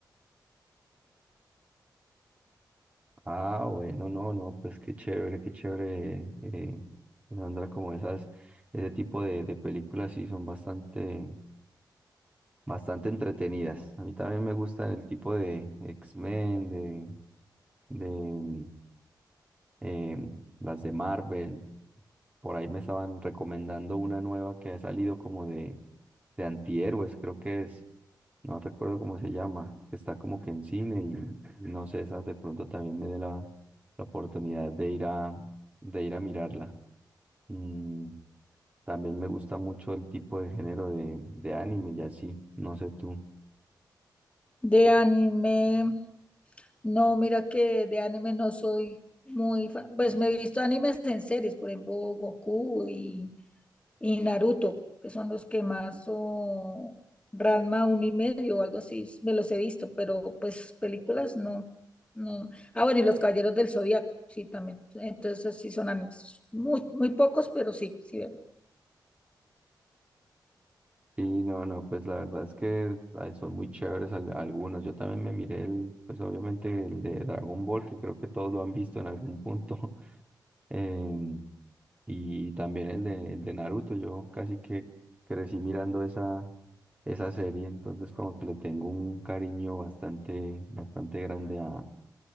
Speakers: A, on the right (about 20°); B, on the left (about 15°).
A: Ah, bueno, no, no, pues qué chévere, qué chévere, eh, Sandra, como esas, ese tipo de, de películas sí son bastante, bastante entretenidas. A mí también me gustan el tipo de X-Men, de, de mm, em, las de Marvel. Por ahí me estaban recomendando una nueva que ha salido como de, de antihéroes, creo que es. no recuerdo cómo se llama, que está como que en cine y no sé, esa de pronto también me dé la, la oportunidad de ir a, de ir a mirarla. Mm, también me gusta mucho el tipo de género de, de anime y así, no sé tú.
B: De anime, no, mira que de anime no soy muy fan. Pues me he visto animes en series, por ejemplo, Goku y, y Naruto, que son los que más, o Ranma un y medio o algo así, me los he visto, pero pues películas no. No. Ah, bueno, y los Caballeros del Zodíaco, sí, también. Entonces sí son animes. Muy, muy pocos, pero sí, sí veo.
A: Sí, no, no, pues la verdad es que ay, son muy chéveres al- algunos. Yo también me miré el, pues obviamente el de Dragon Ball, que creo que todos lo han visto en algún punto. <laughs> em, y también el de, el de Naruto. Yo casi que crecí mirando esa, esa serie, entonces como que le tengo un cariño bastante, bastante grande a,